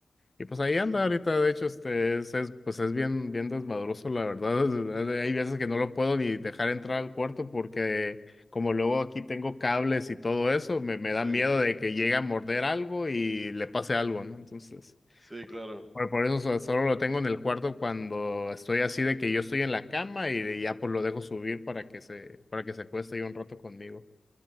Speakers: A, on the left; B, on the right.
A: Y pues ahí
B: sí,
A: anda ahorita, de hecho, este es, es, pues es bien, bien desmadroso, la verdad. Es- es- Hay veces que no lo puedo ni dejar entrar al cuarto porque como luego aquí tengo cables y todo eso, me, me
B: sí,
A: da miedo de que llegue a morder algo y le pase algo, ¿no? Entonces,
B: sí, claro.
A: por, por eso so- solo lo tengo en el cuarto cuando estoy así de que yo estoy en la cama y, de- ya pues lo dejo subir para que se, para que se acueste ahí un rato conmigo.